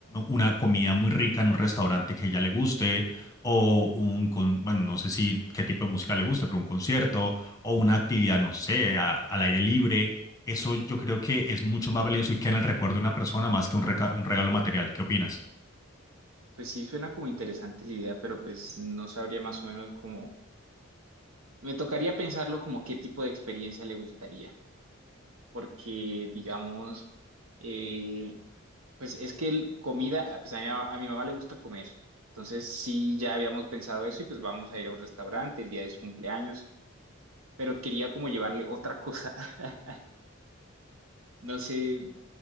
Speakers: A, on the left; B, on the right.
A: una comida muy rica en un restaurante que a ella le guste o un, con, bueno, no sé si qué tipo de música le guste, pero un concierto o una actividad, no sé, a- al aire libre. Eso yo creo que es mucho más valioso y queda en el recuerdo de una persona más que un, reca- un regalo material. ¿Qué opinas?
B: Pues sí, suena como interesante la idea, pero pues no sabría más o menos como... Me tocaría pensarlo como qué tipo de experiencia le gustaría. porque, digamos, eh, pues es que el comida, pues a mi, a mi mamá le gusta comer. Entonces, sí, ya habíamos pensado eso y pues vamos a ir a un restaurante el día de su cumpleaños, pero quería como llevarle otra cosa. <laughs> No sé